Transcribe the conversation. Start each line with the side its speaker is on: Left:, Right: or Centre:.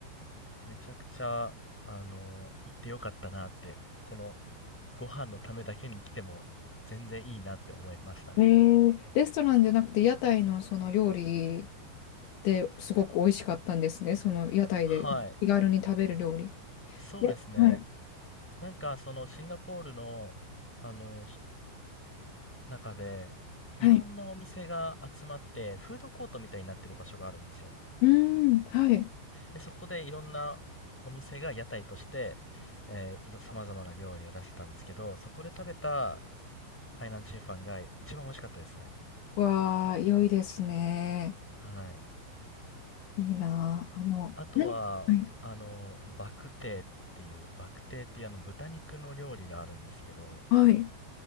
Centre: めちゃくちゃ、あの、行ってよかったなって、このご飯のためだけに来ても全然いいなって思いましたね。
Left: えー、レストランじゃなくて、屋台のその料理ですごく美味しかったんですね。その屋台で気軽に食べる料理。
Centre: はい。そうですね。
Left: ではい。
Centre: なんかそのシンガポールの、あの、し中で、
Left: はい。
Centre: いろんなお店が集まって、フードコートみたいになってる場所があるんですよ。
Left: うーん。はい。
Centre: でそこでいろんなお店が屋台として、えー、いろ、様々な料理を出してたんですけど、そこで食べた海南チーファンが一番美味しかったですね。
Left: わあ、良いですね。
Centre: はい。
Left: いいなあ。あの、
Centre: あとは、
Left: 何はい。
Centre: あの、バクテーっていう、バクテーっていうあの豚肉の料理があるんですけど、
Left: はい。